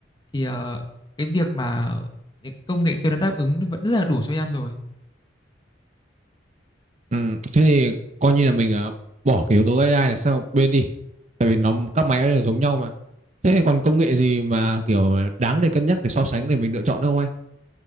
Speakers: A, on the left; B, on the right.
A: thì ờ, cái việc mà những công nghệ kia nó đáp ứng vẫn rất là đủ cho em rồi
B: Ừ, thế thì coi như là mình ờ, bỏ cái yếu tố AI này sang một bên đi. Tại vì nó các máy nó đều giống nhau mà. Thế còn công nghệ gì mà kiểu đáng để cân nhắc để so sánh để mình lựa chọn nữa không anh?